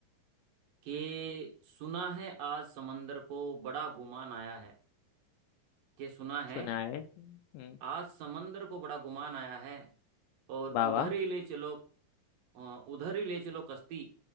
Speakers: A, on the right; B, on the left.
A: कि सुना है आज समंदर को बड़ा गुमान आया है कि सुना है
B: सुना है हम्म
A: आज समंदर को बड़ा गुमान आया है और
B: वाह
A: उधर
B: वाह
A: ही ले चलो अ, उधर ही ले चलो कश्ती